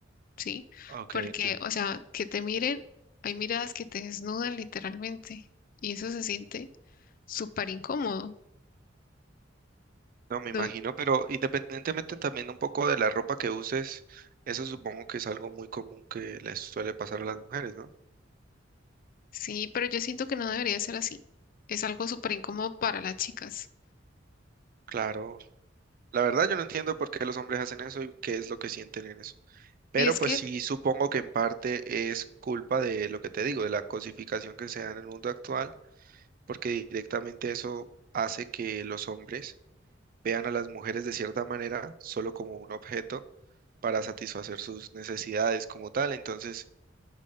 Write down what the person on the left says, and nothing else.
¿sí?
Porque,
o sea, que te miren, hay miradas que te desnudan literalmente y eso se siente súper incómodo.
¿no?
Sí, pero yo siento que no debería ser así. Es algo súper incómodo para las chicas.
Y es
que,